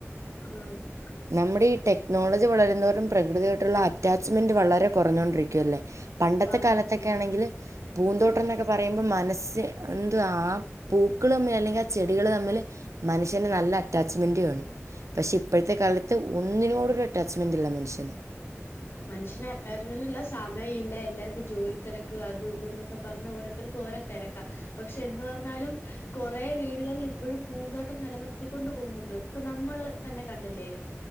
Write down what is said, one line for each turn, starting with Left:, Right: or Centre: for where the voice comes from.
Left: ഉം
Right: നമ്മടെ ഈ ട്ടെ നോളജ് വളരും തോറും പ്രകൃതിയായിട്ടുള്ള അറ്റാച്ച്മെന്റ് വളരെ കുറഞ്ഞോണ്ടിരിക്കുവല്ലേ? പണ്ടത്തെ
Left: പറഞ്ഞോണ്ടിരിക്കും
Right: കാലത്തൊക്കൊണെങ്കിൽ പൂന്തോട്ടം എന്നൊക്കെ പറയുമ്പോൾ മനസ്സ് എന്തു ആ പൂക്കൾ തമ്മിൽ അല്ലെങ്കിൽ ആഹ് ചെടികള് തമ്മില് മനുഷ്യന് നല്ല അറ്റാച്ച്മെന്റ് വേണം. പക്ഷെ ഇപ്പോഴത്തെ കാലത്ത് ഒന്നിനോടും ഒര് അറ്റാച്ച്മെൻറ് ഇല്ല മനുഷ്യന്.
Left: മനുഷ്യന് അറ്റാച്ച്മെന്റ്ല്ല സമയം ഇല്ല, എല്ലാവർക്കും ജോലി തിരക്ക് അത് ഇതന്നൊക്കെ പറഞ്ഞ ഓരോ ഓരോരുത്തർക്ക് ഓരോ തിരക്ക. പക്ഷെ എന്ന് പറഞ്ഞാലും കൊറെ വീടുകളിൽ ഇപ്പോഴും പൂന്തോട്ടം നിലനിർത്തിക്കൊണ്ട് പോകുന്നുണ്ട് ഇപ്പൊ നമ്മള് തന്നെ കണ്ടില്ലേ?